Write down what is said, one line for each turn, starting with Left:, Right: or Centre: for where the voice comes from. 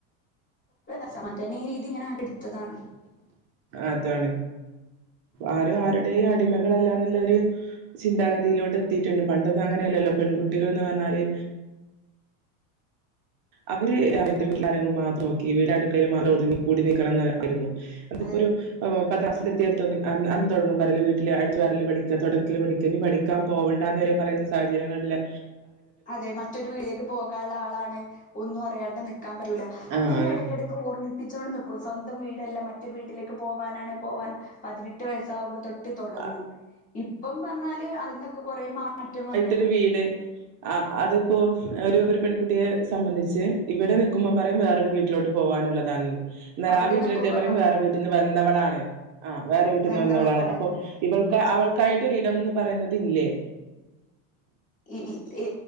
Left: <unintelligible> ഈ രീതി ഇങ്ങനെ ആണ് ട്ത്തതാണ്
Right: അതാണ്. ആരും ആരുടെയും അടിമകളല്ല ന്നുള്ളരു ചിന്താഗതിയിലോട്ട് എത്തിയിട്ടുണ്ട് പണ്ടൊന്നും അങ്ങനെയല്ലല്ലോ പെൺകുട്ടികൾ ന്ന് പറഞ്ഞാല് അവര് അവിടുത്തെ വീട്ട്കാരെങ്ങള് മാത്രം നോക്കി വീട് അടുക്കളയിൽ മാത്രം ഒതുങ്ങി കൂടി നിൽക്കണം എന്ന് ആയിരുന്നു തിപ്പോ
Left: അതെ
Right: ഒരു ഓഹ് പത്താംസില് എത്തിയാൽ റ്റൊന്ന് അന്ന് അന്ന് തുടങ്ങും പറയില് വീട്ടില് അടിച്ച് വാരല് പഠിക തുടക്കല് പഠിക്ക ഇനി പഠി ക്കാൻ പോവണ്ടാന്ന് വരെ പറയുന്ന സാഹചര്യങ്ങളില്
Left: അതെ മറ്റൊരു വീടേക്ക് പോകാൻള്ള ആളാണ് ണ് ഒന്നുംഅറിയാണ്ട് നിക്കാൻ പറ്റൂല്ല അങ്ങനെനെ
Right: ആ അതെ
Left: ഇടക്കിടക്ക് ഓർമ്മിപ്പിച്ചോണ്ട് നിക്കും സ്വന്തം വീടല്ല മറ്റൊരു വീട്ടിലേക്ക് പോവാനാണ് പോവാൻ പതിനെട്ട് വയസ്സാഉമ്പോ തൊട്ട് തൊടങ്ങും
Right: ആ
Left: ഇപ്പം പറഞ്ഞാല് അതിൽന്നൊക്കെ കൊറെ മാറ്റം വന്നു
Right: ഒരു വീട് ആഹ് അതിപ്പോഎഹ് ഒരു ഒരു പെൺകുട്ടിയെ സംബന്ധിച്ച് ഇവിടെ നിക്കുമ്പം പറയും വേറൊരു വീ ട്ടിലോട്ട് പോവാനുള്ളതാന്ന് എന്നാലാ
Left: അവിടെ
Right: ആ വീട്ടിലെത്തിയാ
Left: നിക്കുമ്പോ
Right: പറയും വേറെ വീ ട്ട്ന്ന് വന്നവളാണ് ആഹ് വേറെ വീട്ടിന്ന്
Left: വന്നതാണ്
Right: വന്നവളാണ് അപ്പോ ഇവൾക്ക് അവൾ കായിട്ടൊരിടംന്ന് പറയുന്നത് ഇല്ലേ
Left: ഇൽ യേ